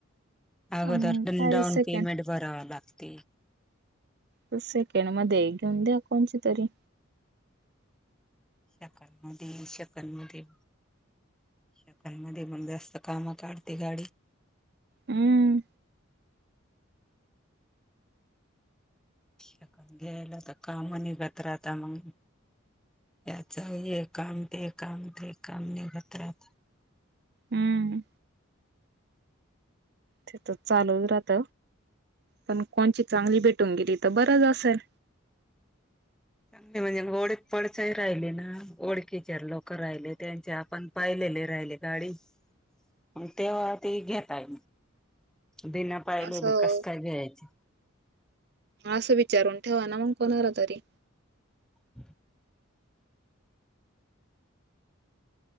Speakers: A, in the centre; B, on the right (about 50°).
A: आगदोर
B: मग
A: पण
B: काय
A: डाउनपेमेंट
B: सेकंड
A: भरावे लागते.
B: तर सेकंड मध्ये घेऊन द्या कोणची तरी.
A: शकालमध्ये शकलमध्ये.. शकंडमध्ये म्हणटल्यावर सकाळणं काढते गाडी.
B: हम्म
A: शंकड घ्यायला कामनी बत राहता मग. याच ये काम ते काम ते काम निघतात.
B: हम्म ते तर चालूच राहत पण कोणची चांगली भेटून गेली तर बरंच असेल.
A: चांगली म्हणजे ओळख पडसाही राहिली ना ओळखीचे लोक राहिले त्यांचे आपण. पाहिलेले राहिले गाडी. मग तेव्हा ते घेताय बिना पाहिलेली
B: असं
A: कस काय घ्यायच.
B: असं विचारून ठेवा ना मग कोणाला तरी.
A: हम्म <unintelligible>